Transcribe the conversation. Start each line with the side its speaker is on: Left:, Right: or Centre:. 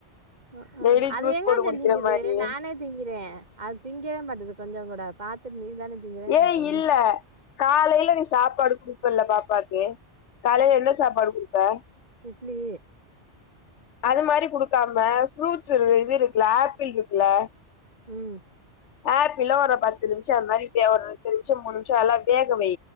Right: ஆ அ
Left: டெய்லி
Right: அது
Left: ஜூஸ்
Right: எங்கஞ்ச
Left: போட்டு குடிக்கிற
Right: திங்கிது
Left: மாரி
Right: நானே திங்கிறே அது திங்கவே மாட்டுது கொஞ்சோ கூட பாத்துட்டு நீ தானே திங்கிற எனக்கு
Left: ஏய்
Right: ஒண்ணும்
Left: இல்ல காலையில நீ சாப்பாடு குடுப்பல்ல பாப்பாக்கு காலையில என்ன சாப்பாடு குடுப்ப
Right: இட்லி
Left: அது மாரி குடுக்காம ஃப்ரூட்ஸ் உ இது இருக்குல ஆப்பிள் இருக்குல்ல
Right: ம்
Left: ஆப்பில்லு ஒரு பத்து நிமிஷ அது மாரி வே ஒரு எட்டு நிமிஷோ மூணு நிமிஷோ நல்லா வேகவை